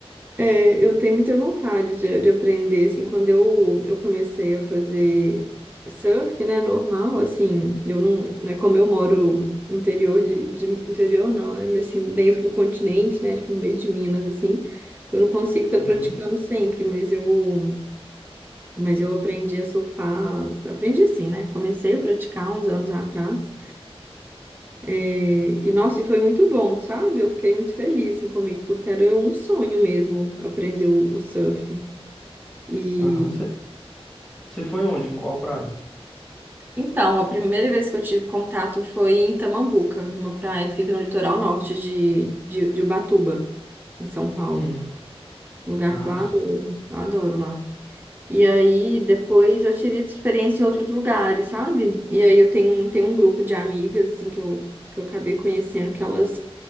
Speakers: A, on the right (about 20°); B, in the centre.
A: É, eu tenho muita vontade de, de aprender, assim, quando eu, eu comecei a fazer surf, né, normal, assim, eu não, né, como eu moro no interior de, de, interior não, né, mas assim, dentro do continente, né, tipo, no meio de Minas, assim, eu não consigo estar praticando
B: Uhum,
A: sempre, mas eu, mas eu aprendi a surfar, aprendi assim, né, comecei a praticar uns anos atrás, é, e, nossa, e foi muito bom, sabe? Eu fiquei muito feliz, assim, comigo, porque era um sonho mesmo aprender o, o surf. E
B: aham. Você foi onde? Em qual praia?
A: então, a primeira vez que eu tive contato foi em Tamambuca, numa praia que fica no litoral norte de, de, de Ubatuba, em São Paulo.
B: Hum,
A: Um lugar
B: ah,
A: que eu adoro,
B: sim.
A: eu adoro lá. E aí, depois eu tive experiência em outros lugares, sabe? E aí eu tenho, tenho um grupo de amigas, assim, que eu, que eu acabei conhecendo, que elas,